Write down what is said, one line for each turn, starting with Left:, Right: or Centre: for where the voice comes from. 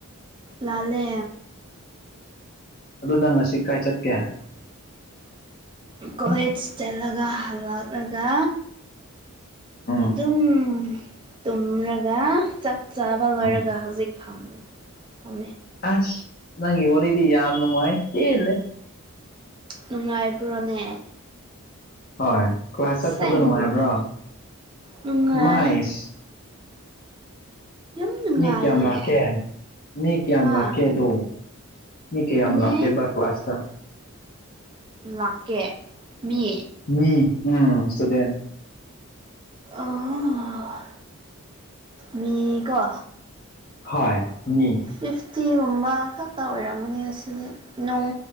Right: ꯂꯥꯂꯦ
Left: ꯑꯗꯨ ꯅꯪ ꯉꯁꯤ ꯀꯥꯏ ꯆꯠꯀꯦ
Right: ꯀꯣꯂꯦꯖ ꯆꯠꯂꯒ ꯍꯜꯂꯛꯂꯒ
Left: ꯎꯝ
Right: ꯑꯗꯨꯝ ꯇꯨꯝꯔꯒ ꯆꯥꯛ ꯆꯥꯕ ꯂꯣꯏꯔꯒ
Left: ꯎꯝ
Right: ꯍꯧꯖꯤꯛ ꯐꯝ ꯐꯝꯃꯦ
Left: ꯑꯁ ꯅꯪꯒꯤ ꯋꯥꯔꯤꯗꯤ ꯌꯥꯝꯅꯨꯡꯉꯥꯏ ꯄꯦꯟꯂꯦ
Right: ꯅꯨꯡꯉꯥꯏꯕ꯭ꯔꯣꯅꯦ
Left: ꯍꯣꯏ ꯀꯣꯁꯦꯁ
Right: ꯑꯁꯦꯡꯕ꯭ꯔꯣ
Left: ꯆꯠꯄꯗꯣ ꯅꯨꯡꯉꯥꯏꯕ꯭ꯔꯣ
Right: ꯅꯨꯡꯉꯥꯏ
Left: ꯃꯥꯥꯏꯁ
Right: ꯌꯥꯝ ꯅꯨꯡꯉꯥꯏꯌꯦ
Left: ꯃꯤ ꯀꯌꯥꯝꯂꯥꯛꯀꯦ ꯃꯤ ꯀꯌꯥꯝ
Right: ꯍꯥ
Left: ꯂꯥꯛꯀꯦꯗꯣ ꯃꯤ ꯀꯌꯥꯝ
Right: ꯃꯤꯅꯤꯠ
Left: ꯂꯥꯛꯀꯦꯕ ꯀ꯭ꯂꯥꯁꯇ
Right: ꯂꯥꯛꯀꯦ ꯃꯤ
Left: ꯃꯤ ꯎꯝ ꯁ꯭ꯨꯎꯗꯦꯠ
Right: ꯑꯣ ꯃꯤ ꯀꯣ
Left: ꯍꯣꯏ ꯃꯤ
Right: ꯐꯤꯐꯇꯤꯒꯨꯝꯕ ꯈꯛꯇ ꯑꯣꯏꯔꯝꯃꯅꯤꯗ ꯉꯁꯤꯗꯤ ꯅꯣꯡ